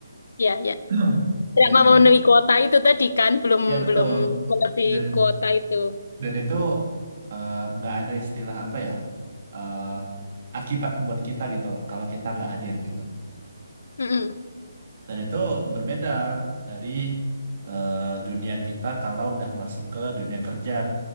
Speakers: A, on the left; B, on the right.
A: iya, iya.
B: <clears throat>
A: Selama
B: Dan itu,
A: memenuhi kuota itu tadi kan, belum
B: ya betul.
A: belum melebihi
B: Dan
A: kuota itu.
B: dan itu eh, nggak ada istilah apa ya, eh, akibat buat kita gitu lah, kalau kita nggak hadir gitu.
A: Mm-mm.
B: Dan itu berbeda dari eh, dunia kita kalau udah masuk ke dunia kerja.